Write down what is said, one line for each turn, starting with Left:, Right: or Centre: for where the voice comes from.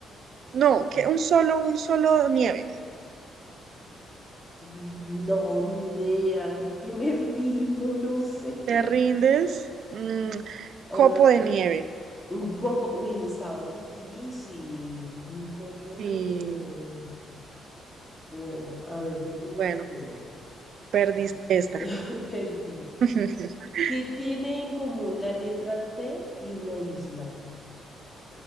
Right: No, que un solo, un solo nieve.
Centre: Uy, no, ni idea. Creo que me <laughs> rindo, no sé.
Right: Te rindes. Mm, copo
Centre: O dame.
Right: de nieve.
Centre: Un copo, uy, estaba difícil. Un copo
Right: Sí,
Centre: de nieve. Bueno, a ver, yo te digo
Right: bueno,
Centre: uno.
Right: perdiste
Centre: <laughs>
Right: esta.
Centre: Perdí.
Right: <laughs>
Centre: ¿Qué tiene en común la letra T y una isla?